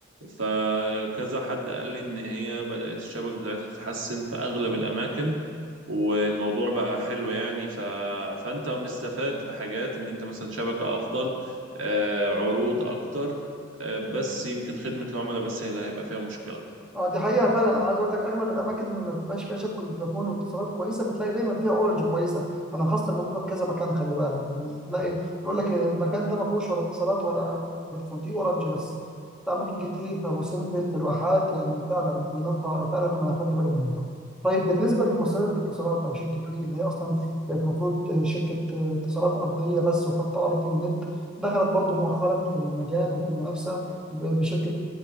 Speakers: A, on the right (about 80°); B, in the centre.
A: فكذا حد قال لي ان هي بدات الشبكه بتاعتها تتحسن في اغلب الاماكن والموضوع بقى حلو يعني ف... فانت مستفاد في حاجات ان انت مثلا شبكه افضل آه، عروض اكتر آه، بس يمكن خدمه العملاء بس هي اللي هيبقى فيها مشكله
B: اه دي حقيقة فعلا انا عايز اقول لك اغلب الاماكن اللي ما بتبقاش فيها شبكة فودافون واتصالات كويسة بتلاقي دايما فيها اورنج كويسة انا لاحظت الموضوع ده في كذا مكان خلي بالك يعني تلاقي يقول لك المكان ده ما فيهوش ولا اتصالات ولا فودافون فيه اورنج بس في اماكن كتير في ابو سمبل في الواحات يعني فعلا دي نقطة فعلا انا اخدت بالي منها طيب بالنسبة لمصرية الاتصالات او شركة وي اللي هي اصلا كانت المفروض شركة اتصالات ارضية بس وخط ارضي ونت دخلت برضو مؤخرا في المجال وفي المنافسة ب- بشركة